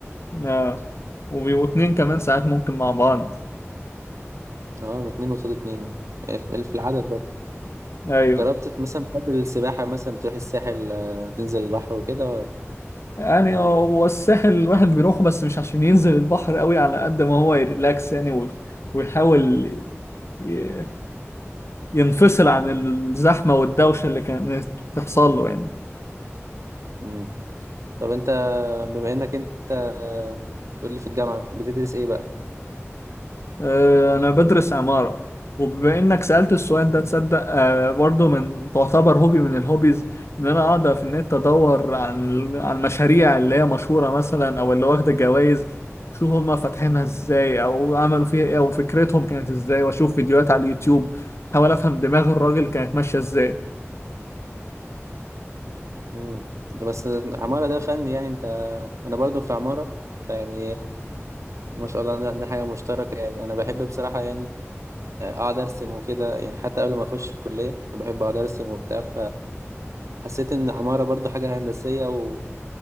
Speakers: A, on the left; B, on the right.
A: اه وبيبقوا اتنين كمان ساعات ممكن مع بعض
B: اه اتنين قصاد اتنين اه في في العدد برضه
A: ايوه
B: جربت مثلا بتحب السباحة مثلا بتروح الساحل آه، تنزل البحر وكده
A: يعني
B: ولا
A: هو الساحل الواحد بيروحه بس مش عشان ينزل البحر قوي على قد ما هو يريلاكس يعني وي- ويحاول ي- ينفصل عن الزحمة والدوشة اللي كانت بتحصل له يعني
B: مم. طب انت بما انك انت تقول لي في الجامعة بتدرس ايه بقى
A: آه، أنا بدرس عمارة وبما إنك سألت السؤال
B: مم.
A: ده تصدق آه، برضه من تعتبر هوبي من الهوبيز إن أنا أقعد في النت أدور عن عن مشاريع اللي هي مشهورة مثلا أو اللي واخدة جوائز شوف هما فاتحينها إزاي أو عملوا فيها إيه أو فكرتهم كانت إزاي وأشوف فيديوهات على اليوتيوب أحاول أفهم دماغ الراجل كانت ماشية إزاي
B: امم انت بس عمارة ده فن يعني انت انا برضو في عمارة فيعني ما شاء الله عندنا عندنا حاجة مشتركة يعني انا بحب بصراحة يعني اقعد ارسم وكده يعني حتى قبل ما اخش الكلية كنت بحب اقعد ارسم وبتاع فحسيت ان عمارة برضو حاجة هندسية وفي